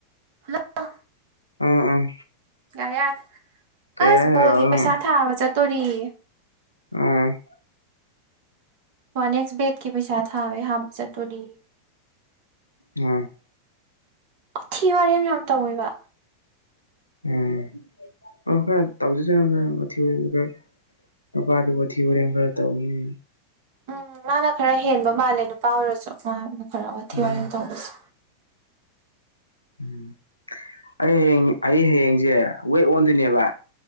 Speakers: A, on the right (about 45°); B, on the left (about 85°).
A: ꯍꯦꯜꯂꯣ꯫
B: ꯎꯝ ꯎꯝ
A: ꯌꯥꯔꯦ ꯌꯥꯔꯦ
B: ꯀꯩ
A: ꯑꯁ
B: ꯍꯥꯏꯅꯣ
A: ꯕꯣꯜꯒꯤ
B: ꯔꯥꯍꯨꯜꯅ
A: ꯄꯩꯁꯥ ꯊꯥꯕ ꯆꯠꯇꯨꯔꯤꯌꯦ꯫
B: ꯎꯝ
A: ꯍꯣꯏ ꯅꯦꯛꯁ ꯕꯦꯠꯀꯤ ꯄꯩꯁꯥ ꯊꯥꯕꯩ ꯍꯥꯞꯄ ꯆꯠꯇꯨꯔꯤꯌꯦ꯫
B: ꯎꯝ꯫
A: ꯋꯥꯊꯤ ꯋꯥꯔꯦꯝ ꯌꯥꯝ ꯇꯧꯋꯦꯕ
B: ꯎꯝ ꯑꯣ ꯈꯔ ꯇꯧꯖꯁꯅꯨꯗꯥ ꯋꯥꯊꯤ ꯋꯥꯔꯦꯝꯁꯨ ꯈꯔ ꯅꯨꯄꯥꯗꯤ ꯋꯥꯊꯤ ꯋꯥꯔꯦꯝ ꯈꯔ ꯇꯧꯏ
A: ꯎꯝ ꯃꯥꯅ ꯈꯔ ꯍꯦꯟꯕ ꯃꯥꯜꯂꯦ ꯅꯨꯄꯥ ꯑꯣꯏꯔꯁꯨ ꯃꯍꯥꯛꯅ ꯈꯔ ꯋꯥꯊꯤ
B: ꯎꯝ
A: ꯋꯥꯔꯦꯝ ꯇꯧꯕꯁꯨ
B: ꯎꯝ ꯑꯩ ꯍꯌꯦꯡ ꯑꯩ ꯍꯌꯦꯡꯁꯦ ꯋꯦꯠ ꯑꯣꯟꯗꯣꯏꯅꯦꯕ